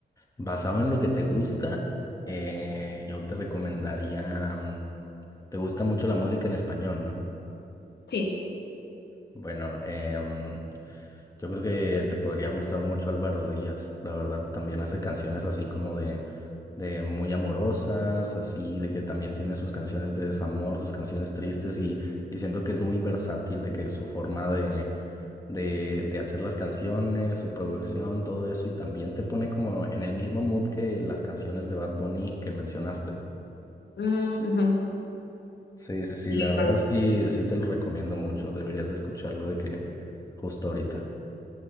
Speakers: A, on the left (about 20°); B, on the left (about 70°).
A: basado en lo que te gusta, eh, yo te recomendaría, mm, te gusta mucho la música en español, ¿no?
B: Sí.
A: Bueno, em, Yo creo que te podría gustar mucho Álvaro Díaz, la verdad. También hace canciones así como de, de muy amorosas, así de que también tiene sus canciones de desamor, sus canciones tristes y, y siento que es muy versátil, de que su forma de, de, de hacer las canciones, su producción, todo eso, y también te pone como en el mismo mood que las canciones de Bad Bunny que mencionaste.
B: Mm, ujú.
A: Sí, sí, sí,
B: Sí,
A: la verdad
B: claro.
A: sí, sí te lo recomiendo mucho, deberías de escucharlo de que justo ahorita.